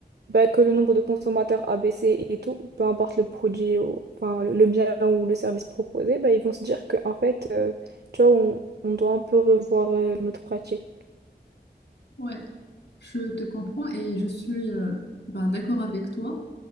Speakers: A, on the right; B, on the left.
A: bah, que le nombre de consommateurs a baissé et tout, peu importe le produit, ou, enfin, le le bien ou le service proposé, bah, ils vont se dire que en fait, euh, tu vois, on, on doit un peu revoir euh, notre pratique.
B: ouais, ouais, je te comprends et je suis euh, bah, d'accord avec toi,